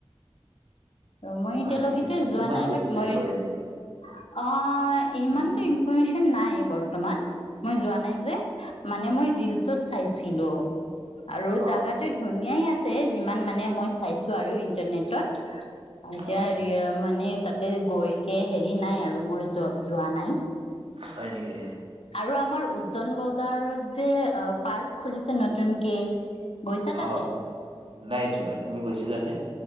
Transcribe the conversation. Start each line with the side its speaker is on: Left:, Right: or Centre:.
Left: মই
Right: হয়
Left: এতিয়ালৈকেতো
Right: নেকি
Left: যোৱা
Right: কিমানকে
Left: নাই বাট
Right: টিকেট
Left: মই
Right: লয়
Left: অঁ,
Right: এনে?
Left: অঁ, ইমানতো
Right: উম।
Left: নাই বৰ্তমান, মই যোৱা নাই যে মানে মই ৰিলচত চাইছিলো আৰু
Right: অ',
Left: জাগাটো ধুনিয়াই আছে। ছে, যিমান মানে মই চাইছো আৰু ইন্টাৰনেটত এতিয়া‌
Right: অ',
Left: ৰিয়া মানে তাতে গৈকে হেৰি হেৰি নাই আৰু মোৰ য যোৱা নাই।
Right: হয়, নেকি।
Left: আৰু আমাৰ উজ্জন বজাৰত যে পাৰ্ক খুলিছে নতুনকে? গৈছা তাতে?
Right: অ', নাই যোৱা তুমি গৈছিলিলা নে?